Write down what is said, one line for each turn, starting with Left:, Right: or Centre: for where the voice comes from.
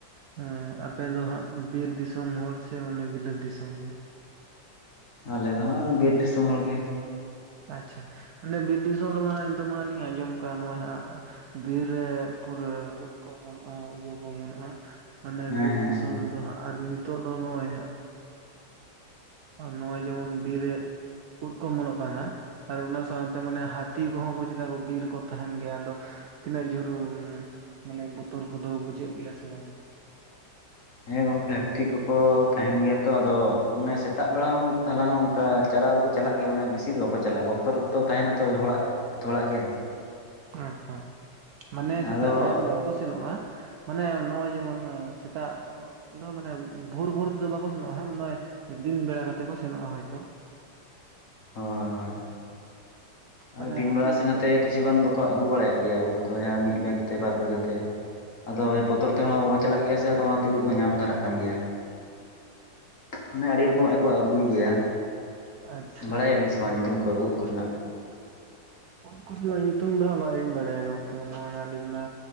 Right: ᱦᱮᱸ ᱟᱯᱮ ᱫᱚ ᱦᱟᱸᱜ ᱵᱤᱨ ᱫᱤᱥᱚᱢ ᱦᱚᱲ ᱥᱮ ᱢᱟᱱᱮ ᱵᱤᱞᱟᱹᱛ ᱫᱤᱥᱚᱢ ᱜᱮ?
Left: ᱟᱞᱮᱫ ᱫᱚ ᱦᱟᱸᱜ ᱵᱤᱨ ᱫᱤᱥᱚᱢ ᱦᱚᱲᱜᱮ᱾
Right: ᱟᱪᱪᱷᱟ ᱚᱱᱮ ᱵᱤᱨ ᱫᱤᱥᱚᱢ ᱨᱮᱢᱟ ᱱᱤᱛᱚᱜ ᱢᱟ ᱦᱟᱸᱜ ᱞᱤᱧ ᱟᱸᱡᱚᱢ ᱟᱠᱟᱫᱼᱟ ᱱᱚᱜᱼᱚᱭ ᱦᱟᱸᱜ᱾ ᱵᱤᱨ ᱨᱮ ᱯᱩᱨᱟᱹ ᱩᱫ ᱠᱚ ᱮᱢᱚᱱᱚᱜᱼᱟ ᱤᱭᱟᱹ ᱠᱚ ᱮᱢᱚᱱᱚᱜᱼᱟ᱾ ᱢᱟᱱᱮ
Left: ᱦᱮᱸ
Right: ᱵᱤᱨ
Left: ᱦᱮᱸ
Right: ᱫᱤᱥᱚᱢ
Left: ᱦᱮᱸ
Right: ᱨᱮᱫᱚ ᱦᱟᱸᱜ ᱟᱨ ᱢᱤᱫ ᱱᱤᱛᱚᱜ ᱫᱚ ᱱᱚᱜᱼᱚᱭ ᱦᱟᱸᱜ ᱱᱚᱜᱼᱚᱭ ᱡᱮᱢᱚᱱ ᱵᱤᱨ ᱨᱮ ᱩᱫ ᱠᱚ ᱚᱢᱚᱱᱚᱜ <unintelligible> ᱟᱨ ᱚᱱᱟ ᱥᱟᱶᱛᱮ ᱢᱟᱱᱮ ᱦᱟᱹᱛᱤ ᱠᱚᱦᱚᱸ ᱠᱚ ᱪᱮᱫ ᱵᱤᱨ ᱨᱮ ᱠᱚ ᱛᱟᱦᱮᱱ ᱜᱮᱭᱟ ᱟᱫᱚ ᱛᱤᱱᱟᱹᱜ ᱡᱷᱳᱨ ᱢᱟᱱᱮ ᱵᱚᱛᱚᱨ ᱠᱚᱫᱚ ᱵᱩᱡᱷᱟᱹᱜ ᱜᱮᱭᱟ ᱥᱮ ᱵᱟᱝ᱾
Left: ᱦᱮᱸ ᱜᱚᱝᱠᱮ ᱦᱟᱠᱛᱤ ᱠᱚᱠᱚ ᱛᱟᱦᱮᱱ ᱜᱮᱭᱟ ᱛᱚ ᱟᱫᱚ ᱢᱟᱱᱮ ᱥᱮᱛᱟᱜ ᱵᱮᱲᱟ ᱦᱩᱸ ᱛᱟᱞᱟᱝ ᱦᱩᱸ ᱚᱱᱠᱟ ᱪᱟᱞᱟᱣ ᱫᱚᱠᱚ ᱪᱟᱞᱟᱜ ᱜᱮᱭᱟ ᱚᱱᱮ ᱵᱮᱥᱤ ᱫᱚ ᱵᱟᱠᱚ ᱪᱟᱞᱟᱜᱼᱟ ᱵᱚᱛᱚᱨᱛᱚ ᱛᱟᱦᱮᱱᱟᱛᱚ ᱦᱚᱲᱟᱜ ᱡᱚᱛᱚ ᱦᱚᱲᱟᱜ ᱜᱮ ᱾
Right: ᱟᱪᱪᱟ ᱢᱟᱱᱮ
Left: ᱟᱫᱚ
Right: ᱥᱮᱛᱟᱜ ᱵᱮᱲᱟ ᱫᱚ ᱵᱟ ᱠᱚ ᱥᱮᱱᱚᱜᱼᱟ ᱢᱟᱱᱮ ᱱᱚᱜᱼᱚᱭ ᱡᱮᱢᱚᱱ ᱥᱮᱛᱟᱜ ᱫᱚ ᱢᱟᱱᱮ ᱵᱷᱳᱨ ᱵᱷᱳᱨ ᱛᱮᱫᱚ ᱵᱟᱠᱚ ᱥᱮᱱᱚᱜᱼᱟ ᱦᱟᱸᱜ ᱱᱚᱭ ᱫᱤᱱ ᱵᱮᱲᱟ ᱠᱟᱛᱮ ᱠᱚ ᱥᱮᱱᱚᱜᱼᱟ ᱦᱳᱭᱛᱚ ᱾
Left: ᱦᱚᱭ ᱦᱚᱭ ᱾ ᱟᱫᱚ
Right: ᱢᱟᱱᱮ
Left: ᱫᱤᱱ
Right: ᱦᱟᱹᱛᱤᱭᱟᱜ
Left: ᱵᱮᱲᱟ ᱥᱮ ᱱᱟᱛᱮ
Right: ᱵᱚᱛᱚᱨ ᱛᱚ
Left: ᱠᱤᱪᱷᱩ ᱜᱟᱱ ᱫᱚᱠᱚ ᱟᱹᱜᱩ ᱵᱟᱲᱟᱭᱮᱫ ᱜᱮᱭᱟ ᱩᱫᱽ ᱠᱚᱸᱭᱟ ᱢᱤᱫ ᱵᱮᱜᱛᱮ ᱵᱟᱨ ᱵᱮᱜᱟᱛᱮ ᱾ ᱟᱫᱚ ᱵᱚᱛᱚᱨ ᱛᱮᱦᱚᱸ ᱵᱟᱠᱚ ᱪᱟᱞᱟᱜ ᱜᱮᱭᱟ ᱥᱮ ᱟᱫᱚ ᱚᱱᱟ ᱛᱤᱨᱩᱜ ᱦᱚᱸ ᱧᱟᱢ ᱫᱷᱟᱨᱟᱜ ᱠᱟᱱ ᱜᱮᱭᱟ ᱾ ᱚᱱᱮ ᱟᱹᱰᱤ ᱨᱚᱠᱚᱢᱟᱜ ᱠᱚ ᱟᱹᱜᱩᱭ ᱜᱮᱭᱟ
Right: ᱟᱪᱪᱷᱟ
Left: ᱵᱟᱲᱟᱭᱟᱵᱤᱱ ᱥᱮᱵᱟᱝ ᱧᱩᱛᱩᱢ ᱠᱚ ᱩᱫᱽ ᱠᱚᱨᱮᱱᱟᱜ?
Right: ᱩᱫᱽ ᱠᱚᱨᱮᱱᱟᱜ ᱧᱩᱛᱩᱢ ᱫᱚ ᱦᱟᱸᱜ ᱵᱟᱤᱧ ᱵᱟᱲᱟᱭᱟ ᱜᱚᱝᱠᱮ ᱱᱚᱜᱼᱚᱭ ᱟᱹᱞᱤᱧ ᱢᱟ